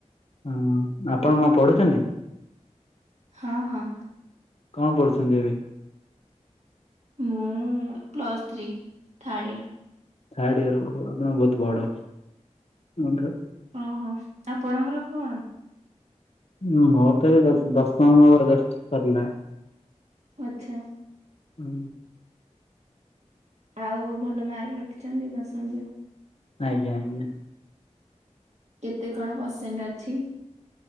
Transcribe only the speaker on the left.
ହୁଁ ଆପଣ କଣ ପଢୁଛନ୍ତି?
କଣ ପଡୁଛନ୍ତି ଏବେ?
Third year ଓହୋ ଆପଣ ବହୁତ ବଡ଼ ମୋ ଠାରୁ।
ହୁଁ ମୋର ତ୍ ଏବେ ଦଶ ଦଶମ ଜଷ୍ଟ ସରିଲା।
ହୁଁ।
ଆଜ୍ଞା ଆଜ୍ଞା।